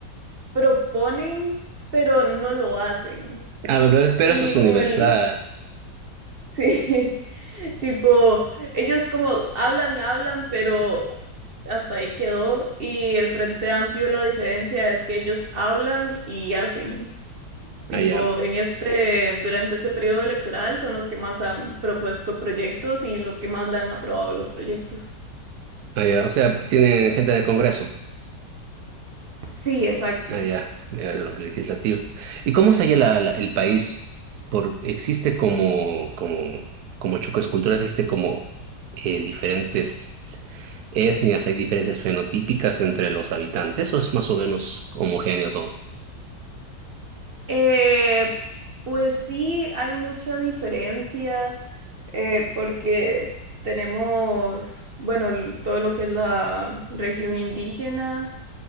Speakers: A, on the right; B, on the right.
A: proponen, pero no lo hacen.
B: Ah, pero, pero
A: Y
B: eso es universal.
A: con el, <laughs> sí, tipo, ellos como hablan, hablan, pero hasta ahí quedó. Y el Frente Amplio, la diferencia es que ellos hablan y hacen. Tipo,
B: Allá.
A: en este, durante este periodo electoral son los que más han propuesto proyectos y los que más le han aprobado los proyectos.
B: Allá. O sea, tiene gente del Congreso.
A: Sí, exacto.
B: Ah, ya, ya, lo legislativo. ¿Y cómo se halla la- la- el país? Por, existe como, como, como Chucos culturas, existe como eh, diferentes etnias, hay diferencias fenotípicas entre los habitantes, o es más o menos homogéneo todo.
A: Eh, pues sí, hay mucha diferencia eh, porque tenemos, bueno, l- todo lo que es la región indígena